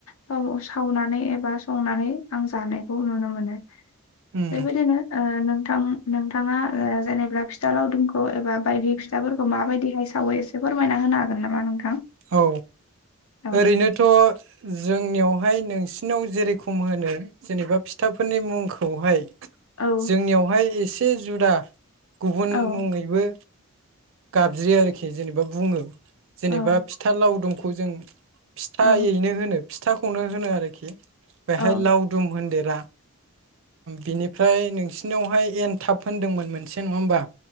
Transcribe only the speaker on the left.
सम सावनानै एबा संनानै आं जानायखौ नुनो मोनो।
बेबायदिनो ओ नोंथां। नोंथाङा जेनेबा फिथा लावदुमखौ एबा बायदि फिथाफोरखौ माबायदिहाय सावो एसे फोरमायना हो खानो हागोन नामा नोंथां?
औ
औ
औ
औ
औ
औ